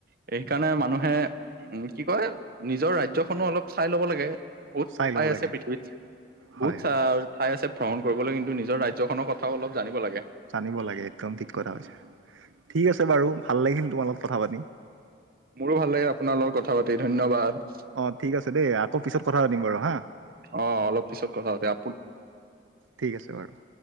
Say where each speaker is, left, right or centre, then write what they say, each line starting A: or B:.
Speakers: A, on the right (about 50°); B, on the right (about 85°).
A: সেইকাৰণে মানুহে উম, কি কয় নিজৰ ৰাজ্য। ৰাজ্যখনো অলপ চাই ল'ব লাগে। বহুত
B: চাই
A: ঠাই
B: ল'ব লাগে
A: আছে পৃথৱীত বহুত
B: হয়
A: চা
B: হয়
A: ঠাই আছে। ভ্ৰমণ কৰিবলৈ, কিন্তু নিজৰ ৰাজ্যখনৰ কথাওঁ অলপ জানিব লাগে।
B: জানিব লাগে একদম ঠিক কথা কৈছা ঠিক আছে বাৰু ভাল লাগিল তোমাৰ লগত কথা পাতি
A: মোৰো ভাল লাগে আপোনাৰ লগত কথা পাতি ধন্যবাদ
B: অঁ ঠিক আছে দেই আকৌ পিছত কথা পাতিম বাৰু হা
A: অ অলপ পিছত কথা পাতু আপোন
B: ঠিক আছে বাৰু